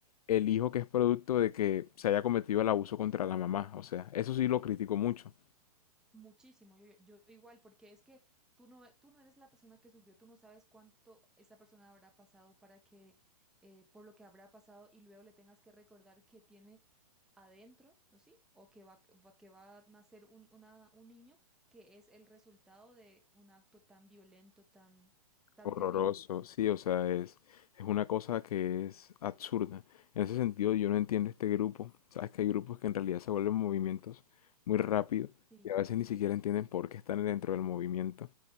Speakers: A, on the left (about 70°); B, in the centre.
A: el hijo que es producto de que se haya cometido el abuso contra la mamá. O sea, eso sí lo critico mucho.
B: Muchísimo. Yo, yo, yo igual, porque es que tú no, tú no eres la persona que sufrió, tú no sabes cuánto esa persona habrá pasado para que, eh, por lo que habrá pasado y luego le tengas que recordar que tiene adentro, ¿no sí? O que va, va- que va a nacer un, una- un niño que es el resultado de un acto tan violento, tan, tan
A: Horroroso,
B: terrible.
A: sí, o sea, es, es una cosa que es absurda. En ese sentido, yo no entiendo este grupo. Sabes que hay grupos que en realidad se vuelven movimientos muy rápido
B: Sí.
A: y a veces ni siquiera entienden por qué están dentro del movimiento.